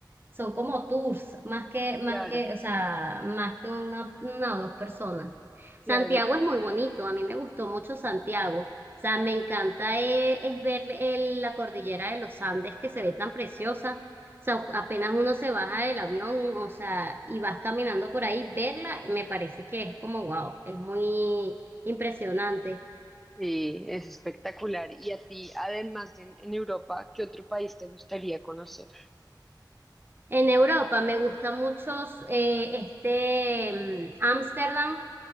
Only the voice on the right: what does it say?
son como tours, más que, más
que, o sea, más que una, una o dos personas.
Santiago es muy bonito, a mí me gustó mucho Santiago. O sea, me encanta eh, es, ver el- la cordillera de los Andes que se ve tan preciosa. O sea, apenas uno se baja del avión, o sea, y vas caminando por ahí, verla, me parece que es como wow, es muy impresionante.
En Europa me gusta mucho eh, este mm, Ámsterdam.